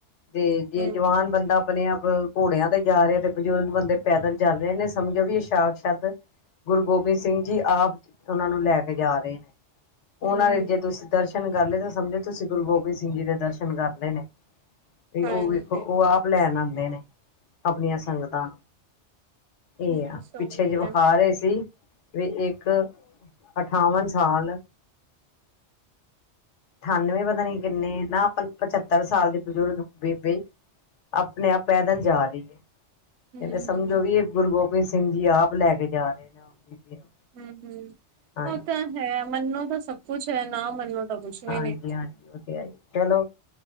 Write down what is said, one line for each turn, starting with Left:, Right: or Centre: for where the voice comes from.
Left: ਤੇ
Right: ਹੂੰ
Left: ਜੇ ਜਵਾਨ ਬੰਦਾ ਆਪਣੇ ਆਪ। ਘੋੜਿਆਂ ਤੇ ਜਾ ਰਹੇ ਤੇ ਬਜ਼ੁਰਗ ਬੰਦੇ ਪੈਦਲ ਚੱਲ ਰਹੇ ਨੇ ਸਮਝੋ ਵੀ ਇਹ ਸਾਤ ਸ਼ੱਕ। ਗੁਰੂ ਗੋਬਿੰਦ ਸਿੰਘ ਜੀ। ਆਪ ਉਹਨਾਂ ਨੂੰ ਲੈ ਕੇ ਜਾ ਰਹੇ ਨੇ। ਉਹਨਾਂ
Right: ਹੂੰ
Left: ਨੇ ਜੇ ਤੁਸੀਂ ਦਰਸ਼ਨ ਕਰ ਲਏ, ਤਾਂ ਸਮਝੋ ਤੁਸੀਂ ਗੁਰੂ ਗੋਬਿੰਦ ਸਿੰਘ ਜੀ ਦੇ ਦਰਸ਼ਨ ਕਰ ਲਏ ਨੇ। ਤੇ
Right: ਹਾਂਜੀ
Left: ਉਹ ਵੇਖੋ, ਉਹ ਆਪ ਲੈਣ ਆਉਂਦੇ ਨੇ। ਆਪਣੀਆਂ ਸੰਗਤਾਂ। ਇਹ
Right: ਬਸ
Left: ਆ।
Right: ਉਹੀ
Left: ਪਿੱਛੇ ਜੇ ਵਿਖਾ
Right: ਆ
Left: ਰਹੇ ਸੀ ਵੀ ਇੱਕ, ਅਠਾਵਨ ਸਾਲ ਅਠਾਨਵੇਂ, ਪਤਾ ਨੀ ਕਿੰਨੇ। ਨਾ ਪਚੱਤਰ ਸਾਲ ਦੇ ਬਜ਼ੁਰਗ ਬੇਬੇ ਆਪਣੇ ਆਪ ਪੈਦਲ ਜਾ ਰਹੀ ਹੈ।
Right: ਹੂੰ
Left: ਕਹਿੰਦੇ, ਸਮਝੋ ਵੀ ਇਹ ਗੁਰੂ ਗੋਬਿੰਦ ਸਿੰਘ ਜੀ ਆਪ ਲੈ ਕੇ ਜਾ ਰਹੇ ਨੇ। ਬੀਬੀ ਨੂੰ
Right: ਹੂੰ। ਹੂੰ।
Left: ਹਾਂਜੀ
Right: ਉਹ ਤਾਂ ਹੈ, ਮਨੋ ਤਾਂ ਸਭ ਕੁਛ ਹੈ ਨਾ ਮੰਨੋ ਤਾਂ ਕੁਛ ਵੀ
Left: ਹਾਂਜੀ।
Right: ਨੀ।
Left: ਹਾਂਜੀ। ਉਹ ਤੇ ਹੈ ਜੀ। ਚਲੋ!